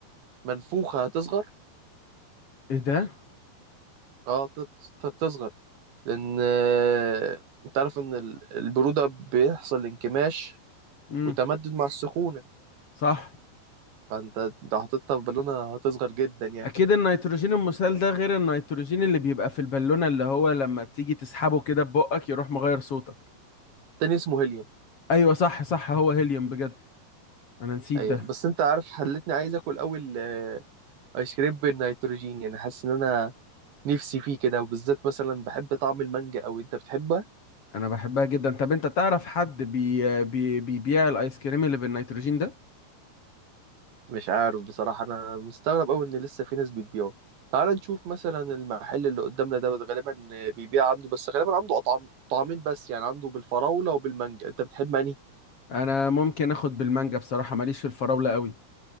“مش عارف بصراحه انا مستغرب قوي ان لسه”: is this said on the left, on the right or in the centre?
Right